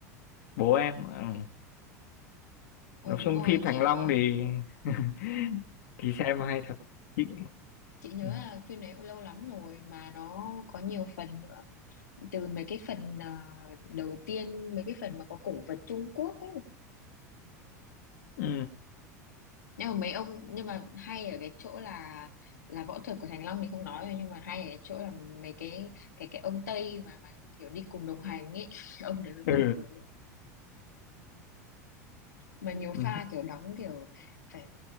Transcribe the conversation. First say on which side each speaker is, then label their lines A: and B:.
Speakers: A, on the left; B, on the left.
A: bố em ừ.
B: ờ
A: nói chung
B: đúng rồi
A: phim Thành
B: chị
A: Long
B: nhớ
A: thì <laughs> thì xem hay thật chị
B: chị nhớ
A: ừ.
B: là phim đấy lâu lắm rồi mà nó có nhiều phần nữa từ mấy cái phần ờ, đầu tiên mấy cái phần mà có cổ vật Trung Quốc ấy
A: Ừ.
B: nhưng mà mấy ông nhưng mà hay ở cái chỗ là là võ thuật của Thành Long thì không nói rồi nhưng mà hay ở cái chỗ là mấy cái cái cái ông Tây mà, mà kiểu đi cùng đồng hành ấy <laughs> ông đấy mới buồn
A: Ừ.
B: cười mà nhiều
A: Ừ.
B: pha kiểu đóng kiểu phải